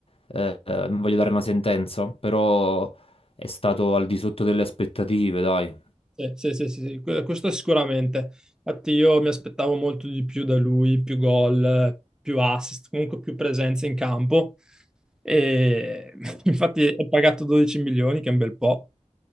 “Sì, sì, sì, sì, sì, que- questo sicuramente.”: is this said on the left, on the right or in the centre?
Centre